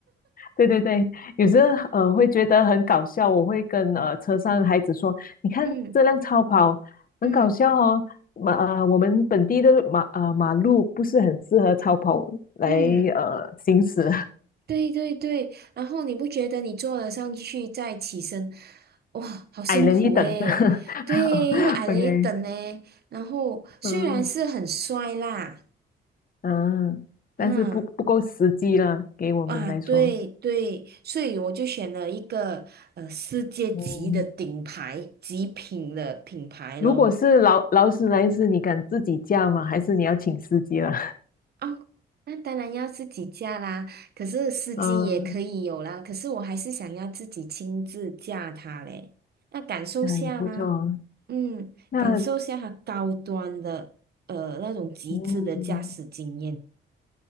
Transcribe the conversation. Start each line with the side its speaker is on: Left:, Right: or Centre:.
Left: 对对对，有时候呃会觉得很搞笑，我会跟呃车上的孩子说：“你看这辆超跑很搞笑哦，
Right: <laughs> 嗯嗯
Left: 马呃我们本地的马呃马路不是很适合超跑来呃行驶，
Right: 嗯。对对对，然后你不觉得你坐了上去再起身，哇，
Left: <laughs>
Right: 好辛苦诶，
Left: 矮人一等的。
Right: 对，
Left: <laughs>
Right: 又矮了一等呢。
Left: ”OK，
Right: 然后虽然是很帅啦，
Left: 嗯嗯，
Right: 嗯，
Left: 但是不不够实际了，给我们来说，
Right: 哇，对对，所以我就选了一个呃世界级的顶牌极品的品牌咯。
Left: 嗯如果是劳劳斯莱斯，你敢自己驾吗？还是你要请司机了？<laughs>
Right: 哦，那当然要自己驾啦，可是司机也可以有啦，
Left: 嗯，
Right: 可是我还是想要自己亲自驾它嘞，那感受下吗？
Left: 那也不错哦。
Right: 嗯，
Left: 那
Right: 感受下它高端的呃那种极致的驾驶经验。
Left: 嗯